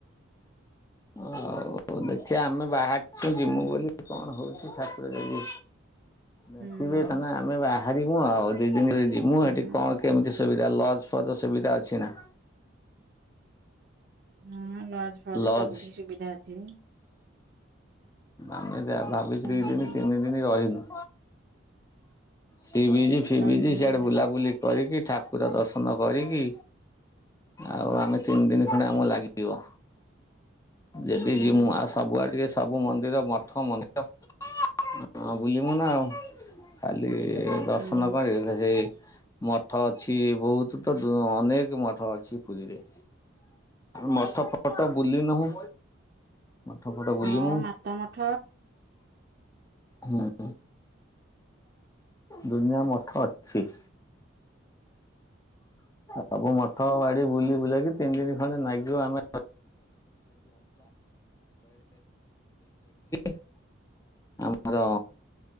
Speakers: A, on the left; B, on the right.
A: ହଉ ଦେଖିବା ଆମେ ବାହରିଚୁ ଯିମୁ
B: ହୁଁ।
A: ବୋଲି କଣ ହଉଛି ଠାକୁର ଯଦି ଦେଖିବେ
B: ହୁଁ
A: ତମେ ଆମେ ବାହାରିବୁ ଆଉ ଦି ଦିନରେ ଯିବୁ
B: ହୁଁ
A: ଏଠି କଣ କେମିତି ସୁବିଧା ଲଜ୍ ଫଜ୍ ସୁବିଧା ଅଛି ନା
B: ହଁ ଲଜ ଫଜ
A: ଲଜ୍
B: ସବୁଠି ସୁବିଧା ଅଛି।
A: ଆମେ ଯା ଭାବି
B: ହୁଁ।
A: ଦି ଦିନ ତିନି ଦିନ ରହିବୁ। ସି ବିଜ୍ ଫିଭିଜ
B: ସନ୍ଧ୍ୟା ହେଲା
A: ସିଆଡେ ବୁଲାବୁଲି କରିକି ଠାକୁର ଦର୍ଶନ କରିକି ଆଉ ଆମେ ତିନି ଦିନ ଖଣ୍ଡେ ଆମକୁ ଲାଗିବ ଯଦି
B: ହଁ
A: ଯିମୁଁ ଆସ ସବୁଆଡ଼ ଟିକେ ସବୁ ମନ୍ଦିର ମଠ ମନ୍ଦିର ବୁଲିବୁ ନା ଆଉ କାଲି ଦର୍ଶନ
B: ହୁଁ
A: କରିବ। ସେ ମଠ ଅଛି ବହୁତ ତ ଅନେକ ମଠ ଅଛି ପୁରୀରେ ମଠ <unintelligible> ଫଟୋ ବୁଲିନୁ ହୁଁ ମଠ ଫଟୋ
B: ହଁ
A: ବୁଲିନୁ।
B: ମାତା ମଠ
A: ହୁଁ ଦୁନିଆ ମଠ ଅଛି। ସବୁ ମଠ ବାଡି ବୁଲି ବୁଲାକି ତିନି ଦିନି ଖଣ୍ଡେ ନାଗିବ ଆମେ <unintelligible> ଆମର